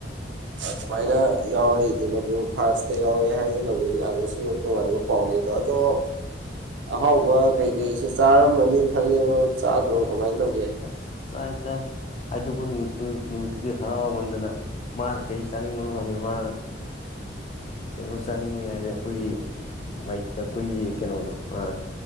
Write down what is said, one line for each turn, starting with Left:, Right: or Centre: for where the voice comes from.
Right: ꯑꯗꯨꯃꯥꯏꯅ ꯌꯥꯎꯔꯛꯏꯗꯨꯅꯕꯨ ꯐꯥꯔꯁꯇ ꯌꯥꯎꯔꯛꯑꯦ ꯍꯥꯏꯗꯨꯅꯕꯨ ꯌꯥꯝꯅꯁꯨꯉꯥꯏꯕꯨ꯫ ꯄꯥꯎꯂꯤ ꯇꯥꯇꯣ꯫ ꯑꯍꯥꯎꯕ ꯀꯩꯀꯩꯁꯦ ꯆꯥꯔꯝꯃꯅꯤ ꯈꯜꯂꯦꯕ ꯆꯥꯗ꯭ꯔꯣ ꯀꯃꯥꯏꯅ ꯇꯧꯒꯦ꯫
Left: ꯑꯁ ꯆꯥꯏ ꯆꯥꯏ ꯍꯥꯏꯗꯣꯛꯄ ꯅꯨꯃꯤꯠꯇꯨ ꯅꯨꯃꯤꯠꯇꯨꯗꯤ ꯍꯔꯥꯎꯃꯟꯗꯅ꯫ ꯃꯥꯅ ꯀꯩ ꯆꯥꯅꯤꯡꯕꯅꯣ ꯍꯪꯉꯦ ꯃꯥꯅ ꯀꯩꯅꯣ ꯆꯥꯅꯤꯡꯉꯤ ꯍꯥꯏꯔꯦ ꯑꯩꯈꯣꯏꯒꯤ ꯃꯩ ꯑꯩꯈꯣꯏꯒꯤ ꯀꯩꯅꯣꯗꯣ ꯑ